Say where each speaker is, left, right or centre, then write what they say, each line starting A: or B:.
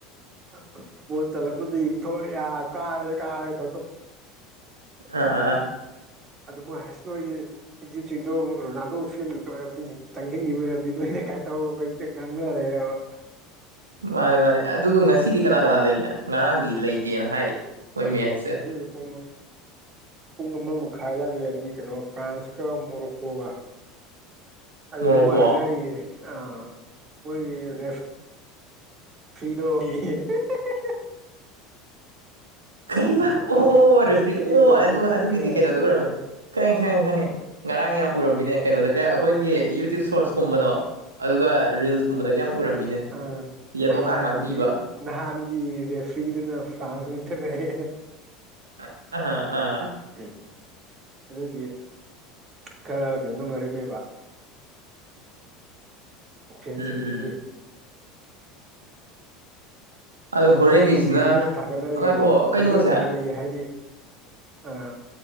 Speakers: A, on the right; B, on the right.
A: <unintelligible> ꯕꯣꯟ ꯆꯜꯂꯛꯄꯗꯒꯤ ꯊꯣꯛꯂꯛꯑꯦ ꯍꯥ ꯀꯥꯔꯦ ꯀꯥ <unintelligible>
B: ꯑꯥ ꯑꯥ
A: ꯑꯗꯨ ꯃꯣꯏ ꯍꯥꯁ ꯅꯣꯏꯒꯤ ꯏꯖꯤꯞꯁꯤꯡꯗꯣ ꯔꯣꯅꯥꯜꯗꯣ ꯐꯦꯟ ꯉꯛꯇ ꯑꯣꯏꯔꯝꯅꯤ ꯆꯪꯖꯤꯟꯒꯤꯕ ꯑꯣꯏꯔꯝꯅꯤ ꯅꯣꯏꯅ ꯀꯥꯏꯟ ꯇꯧ ꯍꯦꯛꯇ ꯉꯥꯡꯅꯔꯦꯕ
B: ꯃꯥꯅꯤ ꯃꯥꯅꯤ ꯑꯗꯨꯒ ꯉꯁꯤꯗꯤ ꯀꯅꯥ ꯀꯅꯥ ꯂꯩꯒꯦ ꯉꯔꯥꯡꯗꯤ ꯂꯩꯇꯦꯅ ꯍꯥꯏꯌꯦ ꯃꯣꯏ ꯃꯦꯠꯁꯁꯦ
A: ꯑꯦ ꯄꯨꯡ ꯄꯨꯡ ꯑꯃ ꯃꯈꯥꯏ ꯑꯗ꯭ꯋꯥꯢꯗ ꯂꯩꯔꯝꯅꯤ ꯀꯩꯅꯣ ꯐ꯭ꯔꯥꯟꯁꯀ ꯃꯣꯔꯣꯀꯣꯒ ꯑꯗꯨꯗ
B: ꯃꯣꯔꯣꯀꯣ
A: ꯃꯣꯏ ꯍꯥꯏꯅꯔꯤꯌꯦ ꯑꯥ ꯃꯣꯏꯒꯤ ꯔꯦꯐ ꯐ꯭ꯔꯤꯗꯣ <unintelligible>
B: ꯀꯩꯕ ꯑꯣ ꯑꯣ
A: ꯉꯁꯤꯒꯤ
B: ꯔꯦꯐ꯭ꯔꯤ ꯑꯣ
A: ꯔꯦꯐ꯭ꯔꯤ
B: ꯑꯗꯨ ꯑꯗꯨꯒꯤꯗꯤ
A: ꯑꯥ
B: ꯀꯩꯅꯣꯗ ꯑꯣꯏꯔꯝꯃꯦ ꯈꯪꯉꯦ ꯈꯪꯉꯦ ꯈꯪꯉꯦ ꯉꯔꯥꯡ ꯌꯥꯝ ꯎꯔꯝꯃꯤꯅꯦ ꯀꯩꯅꯣꯗꯒ ꯑꯈꯣꯏꯒꯤ ꯌꯨꯇ꯭ꯌꯨꯕ ꯁꯣꯔꯠꯁ ꯀꯨꯝꯕꯗꯣ ꯑꯗꯨꯒ ꯔꯤꯜꯁꯀꯨꯝꯕꯗꯒ ꯌꯥꯝ ꯎꯔꯝꯃꯤꯅꯦ
A: ꯑꯥ
B: ꯌꯦꯂꯣ
A: ꯅꯍꯥꯟꯒꯤ
B: ꯀꯥꯔꯠ ꯉꯥꯛ ꯄꯤꯕ
A: ꯅꯍꯥꯟꯒꯤ ꯔꯦꯐ꯭ꯔꯤꯗꯨꯅ ꯐ꯭ꯔꯥꯟꯁ ꯉꯛꯇꯅꯦꯌꯦ
B: ꯑ ꯑꯍꯥ ꯑꯥ
A: ꯑꯦ ꯑꯗꯨꯒꯤ ꯈꯔ ꯀꯩꯅꯣꯗꯧꯅꯔꯦꯞꯄꯦꯕ ꯑꯣ ꯐꯦꯟꯁꯤꯡꯗꯨꯒꯤ
B: ꯎꯝ ꯎꯝ ꯑꯗꯣ ꯍꯣꯔꯦꯟꯒꯤꯁꯤꯅ
A: ꯃꯤ ꯚꯤꯗꯤꯌꯣ ꯑꯝ ꯊꯥꯒꯠꯂꯛꯏꯌꯦ
B: ꯉꯥꯏꯈꯣ ꯀꯩꯅꯣꯁꯦ
A: ꯚꯤꯗꯤꯌꯣ ꯑꯝ ꯊꯥꯒꯠꯂꯛꯏꯌꯦ ꯍꯥꯏꯗꯤ ꯑꯥ